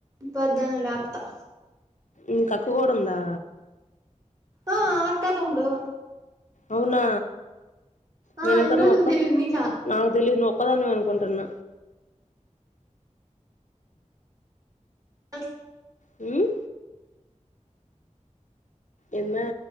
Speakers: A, on the right; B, on the left.
A: పొద్దున లేప్తా
B: నీక్ అక్క కూడా ఉందా
A: ఆ అక్క, తమ్ముడు
B: అవునా
A: ఆ
B: నేను ఇంకా
A: ఇన్ని
B: నువ్
A: రోజులు
B: ఒక్క
A: తెలీదు నీకా
B: నాక్ తెలీదు నువు ఒక్కదానివే కొంటున్న
A: స్ే
B: హ్మ్ ఎమ్మా